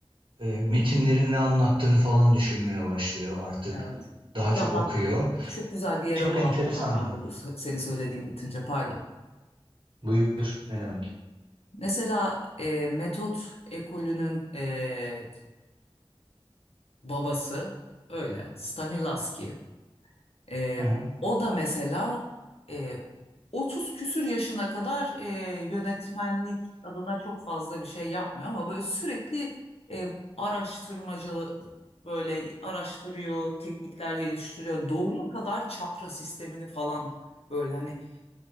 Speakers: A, on the right; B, on the left.
A: e, metinlerin ne anlattığını falan düşünmeye başlıyor artık.
B: Evet.
A: Daha
B: Ya
A: çok okuyor.
B: bak çok güzel bir yere
A: Çok
B: bağlayacağım
A: enteresandı.
B: ben de bu sö- senin söylediğin bitince pardon.
A: Buyur ne demek?
B: Mesela e, Metot ekolünün e, babası öyle Stanislavski. Ee,
A: Hı hı.
B: o da mesela e, 30 küsür yaşına kadar e, yönetmenlik adına çok fazla bir şey yapmıyor ama böyle sürekli e, araştırmacı böyle araştırıyor, teknikler geliştiriyor. Doğuya kadar çakra sistemini falan böyle hani